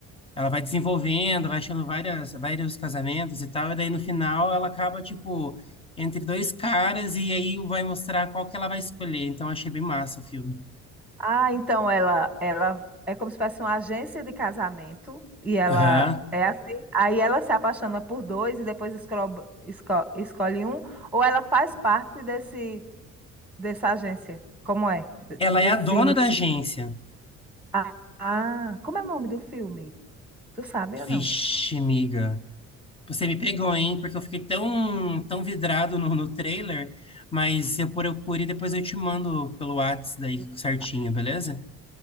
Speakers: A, on the left (about 20°); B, in the centre.
A: ela vai desenvolvendo, vai achando várias vários casamentos e tal, e daí no final ela acaba tipo entre dois caras e aí vai mostrar qual que ela vai escolher. Então eu achei bem massa o filme.
B: Ah, então ela, ela é como se fosse uma agência de casamento e ela
A: Aham.
B: é assim. Aí ela se apaixona por dois e depois escro- esco- escolhe um. Ou ela faz parte desse dessa agência? Como é? De-
A: Ela
B: Desse
A: é a dona da agência.
B: Ah, ah, como é o nome do filme? Tu sabe ou
A: Vixe,
B: não?
A: amiga. Você me pegou, hein? Porque eu fiquei tão, tão vidrado no, no trailer, mas eu procuro e depois eu te mando pelo Whats daí
B: Não
A: certinho,
B: sabe.
A: beleza?